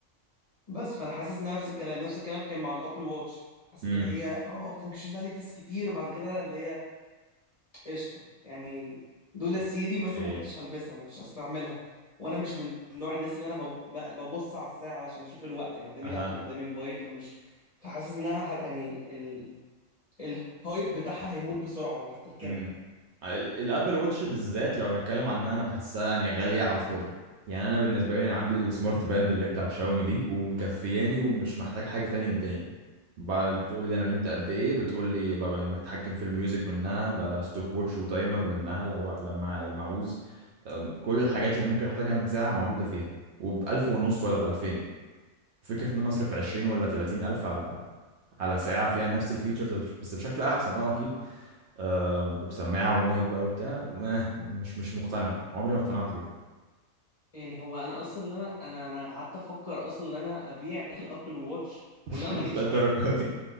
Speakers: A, on the left; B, on the right.
A: بس فانا حاسس ان نفس الكلام نفس الكلام كان مع الابل واتش حسيت
B: امم
A: ان هي اه فانكشناليتيز كتير وبعد كده اللي هي قشطه يعني دول سيري مثلا
B: إيه.
A: ما كنتش هلبسها ما كنتش هستعملها وانا مش من نوع الناس اللي انا بب- ب- ببص على الساعه عشان اشوف الوقت يعني قدامي
B: اها
A: لابتوب قدامي موبايل فمش فحاسس انها ح- يعني ال... الهايب بتاعها هيموت بسرعه وهتركنها
B: امم ال- الابل ووتش بالذات لو هنتكلم عن ان انا بحسها يعني غاليه على الفاضي يعني انا بالنسبه لي أنا عندي السمارت باند اللي هي بتاعت شاومي دي ومكفياني ومش محتاج حاجه تاني من الدنيا بعد بتقول لي انا نمت قد ايه بتقول لي ببقى بتحكم في الميوزك منها ستوب ووتش وتايمر منها لو لما لما اعوز أم، كل الحاجات اللي ممكن احتاجها من ساعه موجوده فيها وبألف ونص ولا بألفين فكرة ان انا اصرف عشرين ولا تلاتين ألف على على ساعة فيها نفس الفيتشرز بس بشكل أحسن اه أكيد آم، وبسماعه ومايك بقى وبتاع آه، مش مش مقتنع عمري ما اقتنعت بيها
A: يعني هو انا اصلا اللي انا انا انا قعدت افكر اصلا ان انا ابيع الابل واتش
B: <laughs>
A: ولا انا
B: مش
A: ما اجيبش
B: للدرجة
A: حاجه
B: دي